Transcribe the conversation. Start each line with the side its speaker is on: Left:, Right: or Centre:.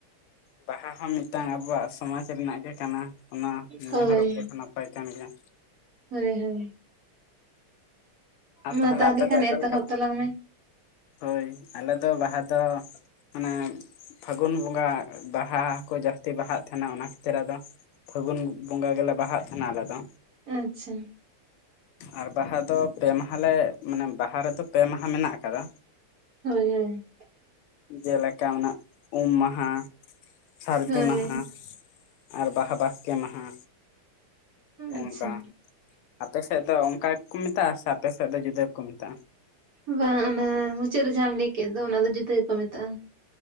Left: ᱵᱟᱦᱟ ᱦᱚᱸ ᱢᱤᱫᱴᱟᱝ ᱟᱵᱚᱣᱟᱜ ᱥᱚᱢᱟᱡ ᱨᱮᱱᱟᱜ ᱜᱮ ᱠᱟᱱᱟ ᱚᱱᱟ ᱱᱤᱭᱟᱹ
Right: ᱦᱳᱭ
Left: ᱦᱚᱸ ᱨᱚᱯᱚᱲ ᱦᱚᱸ ᱱᱟᱯᱟᱭ ᱠᱟᱱ ᱜᱮᱭᱟ᱾
Right: ᱦᱳᱭ ᱦᱳᱭ
Left: ᱟᱨ
Right: ᱢᱟ ᱛᱟᱦᱚᱞᱮ
Left: ᱟᱯᱮ
Right: ᱠᱷᱟᱱ
Left: ᱫᱚ ᱚᱠᱟ
Right: ᱮᱛᱚᱦᱚᱵ
Left: ᱞᱮᱠᱟ
Right: ᱛᱟᱞᱟᱝ ᱢᱮ᱾
Left: ᱦᱳᱭ ᱟᱞᱮ ᱫᱚ ᱵᱟᱦᱟ ᱫᱚ ᱢᱟᱱᱮ ᱯᱷᱟᱹᱜᱩᱱ ᱵᱚᱸᱜᱟ ᱵᱟᱦᱟ ᱠᱚ ᱡᱟᱹᱥᱛᱤ ᱵᱟᱦᱟᱜ ᱛᱟᱦᱮᱱᱟ ᱚᱱᱟ ᱠᱷᱟᱹᱛᱤᱨ ᱟᱫᱚ ᱯᱷᱟᱹᱜᱩᱱ ᱵᱚᱸᱜᱟ ᱜᱮᱞᱮ ᱵᱟᱦᱟᱜ ᱛᱟᱦᱮᱱᱟ ᱟᱞᱮ ᱫᱚ᱾
Right: ᱟᱪᱪᱷᱟ᱾
Left: ᱟᱨ ᱵᱟᱦᱟ ᱫᱚ ᱯᱮ ᱢᱟᱦᱟᱟᱞᱮ ᱢᱟᱱᱮ ᱵᱟᱦᱟ ᱨᱮᱫᱚ ᱯᱮ ᱢᱟᱦᱟ ᱢᱮᱱᱟᱜ ᱟᱠᱟᱫᱟ᱾
Right: ᱦᱳᱭ ᱦᱳᱭ᱾
Left: ᱡᱮᱞᱮᱠᱟ ᱚᱱᱟ ᱩᱢ ᱢᱟᱦᱟ, ᱥᱟᱹᱨᱫᱤ
Right: ᱦᱳᱭ
Left: ᱢᱟᱦᱟ ᱟᱨ ᱵᱟᱦᱟ ᱵᱟᱥᱠᱮ ᱢᱟᱦᱟ ᱚᱝᱠᱟ
Right: ᱟᱪᱪᱷᱟ
Left: ᱟᱯᱮᱥᱮᱫ ᱫᱚ ᱚᱱᱠᱟ ᱜᱮᱠᱩ ᱢᱮᱛᱟᱜ-ᱟ, ᱥᱮ ᱟᱯᱮᱥᱮᱫ ᱫᱚ ᱡᱩᱫᱟᱹ ᱜᱮᱠᱚ ᱢᱮᱛᱟᱜ-ᱟ?
Right: ᱵᱟᱝ, ᱚᱱᱟ ᱢᱩᱪᱟᱹᱫ ᱨᱮ ᱡᱟᱦᱟᱸᱟᱢ ᱞᱟᱹᱭ ᱠᱮᱫ ᱫᱚ ᱚᱱᱟ ᱫᱚ ᱡᱩᱫᱟᱹ ᱜᱮᱠᱚ ᱢᱮᱛᱟᱜ-ᱟ᱾